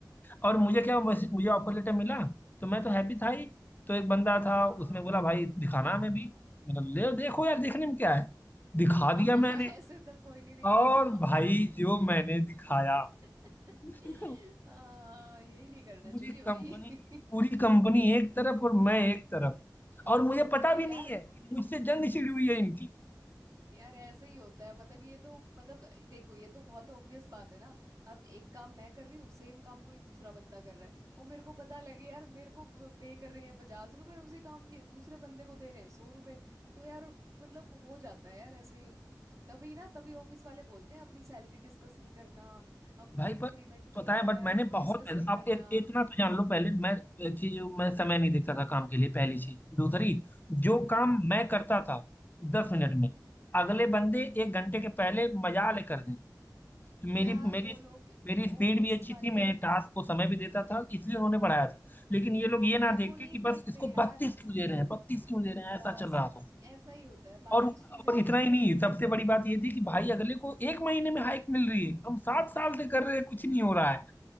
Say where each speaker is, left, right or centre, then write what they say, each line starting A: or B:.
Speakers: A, on the left; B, on the right.
A: और मुझे क्या मैसे- मुझे ऑफर लेटर मिला तो मैं तो हैप्पी था ही तो एक बंदा था
B: हाँ हाँ
A: उसने बोला भाई दिखाना हमें भी मतलब ले देखो यार देखने में क्या है दिखा
B: <laughs> हाँ
A: दिया
B: हाँ,
A: मैंने
B: ऐसे तो कोई नहीं दिखाता
A: और भाई जो मैंने दिखाया
B: <laughs>
A: <laughs>
B: हाँ यही नहीं करना
A: पूरी
B: चाहिए भाई
A: कंपनी पूरी कंपनी
B: <laughs>
A: एक तरफ और मैं एक तरफ और मुझे पता
B: ओ,
A: भी
B: यार
A: नहीं है कि मुझसे जंग छिड़ी हुई है इनकी
B: यार ऐसे ही होता है मतलब ये तो मतलब देखो ये तो बहुत ऑब्वियस बात है ना अब एक काम मैं कर रही हूँ सेम काम कोई दूसरा बंदा कर रहा है और मेरे को पता लगे यार मेरे को पे कर रहे हैं पचास रुपए उसी काम के दूसरे बंदे को दे रहे हैं सौ रुपए तो यार मतलब हो जाता है यार ऐसे तो तभी ना तभी ऑफिस वाले बोलते हैं अपनी सैलरी डिस्कस नहीं करना अपना
A: भाई
B: इंक्रीमेंट
A: पर
B: जो
A: पता
B: लगता
A: है बट मैंने
B: है वो
A: बहुत
B: डिस्कस
A: मेहनत
B: नहीं करना
A: आप एक, इतना तो जान लो पहले मैं एक चीज मैं समय नहीं देखता था काम के लिए पहली चीज दूसरी जो काम मैं करता था दस मिनट में अगले बंदे एक घंटे के पहले मजा ले कर दें तो मेरी
B: यार
A: मेरी
B: वो लोग
A: मेरी
B: ऑफिस
A: स्पीड भी अच्छी
B: वाले
A: थी मैं टास्क को समय भी देता था इसलिए उन्होंने बढ़ाया था लेकिन ये लोग ये ना
B: यार वो
A: देख
B: नहीं
A: के कि
B: देखते
A: बस इसको
B: यार
A: बत्तीस
B: ब-
A: क्यों दे रहे हैं बत्तीस क्यों दे रहे हैं ऐसा
B: बस
A: चल रहा था
B: ऐसा ही होता है बाकी
A: और और
B: चीजें नहीं
A: इतना
B: देखता
A: ही नहीं
B: कोई
A: सबसे बड़ी बात ये थी कि भाई अगले को एक महीने में हाइक मिल रही है हम सात साल से कर रहे हैं कुछ नहीं हो रहा है